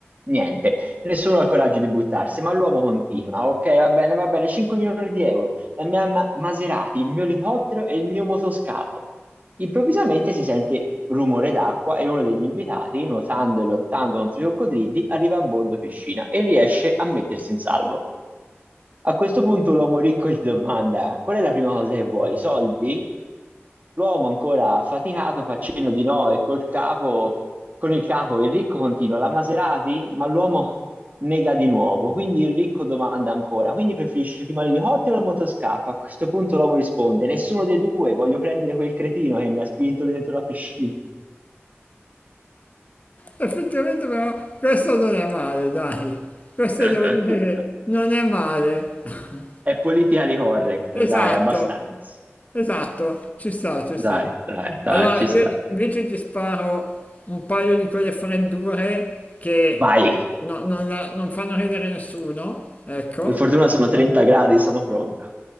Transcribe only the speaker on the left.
Effettivamente però questo non è male, dai. Questo
devo dire che non è male. <laughs>
Esatto,
esatto. Ci sta, ci
sta.
Allora,
io
invece ti sparo un paio di quelle freddure che
no- non, la- non fanno ridere nessuno, ecco,